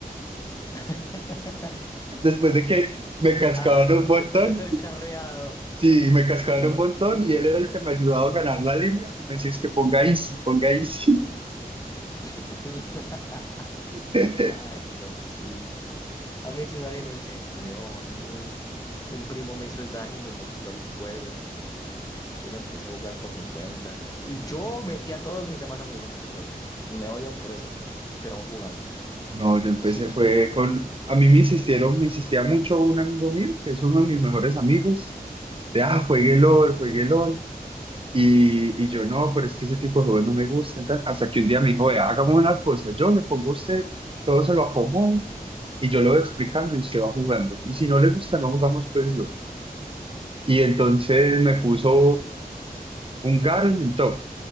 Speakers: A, on the left; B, on the right.
A: <laughs>
B: Después de que me cascaban
A: Ay,
B: un montón,
A: después de ser carreado,
B: sí, me cascaban
A: sí,
B: un montón
A: uf.
B: y él era el que me ayudaba a ganar la línea y me decía, es que ponga easy, ponga easy.
A: <laughs>
B: <laughs>
A: Ay, Lolcito. A mí si nadie me enseñó, a mí un, un primo me hizo el daño y me mostró el juego. Yo lo empecé a jugar por mi cuenta y yo metí a todos mis demás amigos a ese juego. Me odian por eso, pero aún jugamos.
B: No, yo empecé
A: <laughs>
B: fue con, a mí me insistieron, me insistía mucho un amigo mío, que es uno de mis mejores amigos, de, ah, juegue
A: Sí,
B: LOL, juegue LOL. Y, y yo no, pero es que ese tipo de juegos no me gustan, tal. Hasta que un día me dijo, vea, hagamos una cosa, yo le pongo a usted, todo se lo acomodo y yo lo voy explicando y se va jugando. Y si no le gusta, no jugamos pues LOL. Y entonces me puso un Garen en top.